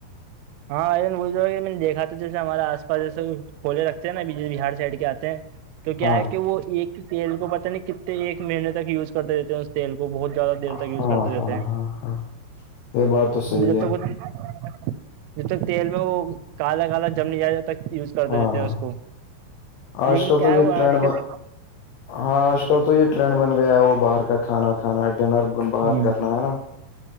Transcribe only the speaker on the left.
ہاں
ہاں
ہاں
ہاں ہاں یہ بات تو صحیح
ہے
ہاں
ہاں
آج
کل
تو
یہ
ٹرینڈ
ب ہاں آج کل تو یہ ٹرینڈ بن گیا ہے وہ باہر کا کھانا کھانا ڈنر باہر
کرنا ہے نا